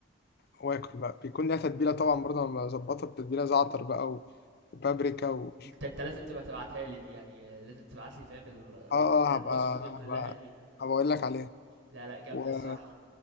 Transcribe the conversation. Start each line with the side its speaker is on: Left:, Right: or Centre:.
Left: واكل بقى بيكون ليها تتبيله طبعا برضه انا بظبطها بتتبيله زعتر بقى و... وبابريكا و...
Right: انت انت لازم تبقى تبعتها لي دي يعني لازم تبعت لي فاهم ال... ال-
Left: اه
Right: الوصفة
Left: اه هبقى
Right: دي كلها
Left: هبقى
Right: دي
Left: هبقى اقول لك عليها
Right: لا لا جامدة
Left: و...
Right: الصراحة